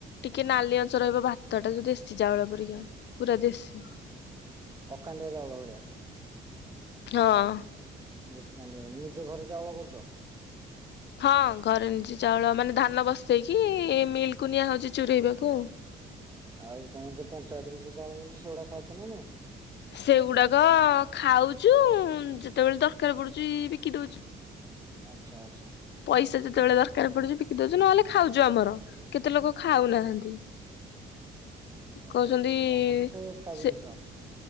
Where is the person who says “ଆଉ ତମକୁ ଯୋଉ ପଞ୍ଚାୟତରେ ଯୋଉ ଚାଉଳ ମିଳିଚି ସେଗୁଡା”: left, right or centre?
Right